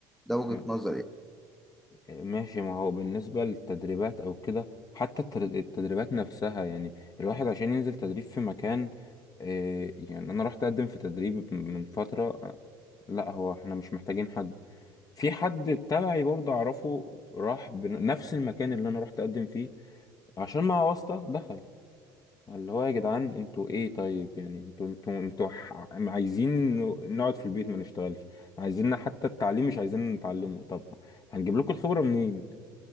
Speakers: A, in the centre; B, on the left (about 35°).
A: ده وجهة
B: ده
A: نظري يعني
B: ماشي ما هو بالنسبة للتدريبات أو كده حتى التر- التدريبات نفسها يعني الواحد عشان ينزل تدريب في مكان آه، يعني أنا رحت أقدم في تدريب من فترة آه، لا هو احنا مش محتاجين حد في حد تبعي برضه أعرفه راح بنفس المكان اللي أنا رحت أقدم فيه عشان مع واسطة دخل اللي هو يا جدعان انتوا ايه طيب يعني انتوا انتوا انتوا ح- عايزين نقعد في البيت ما نشتغلش عايزيننا حتى التعليم مش عايزين نتعلمه طب هنجيب لكم الخبرة منين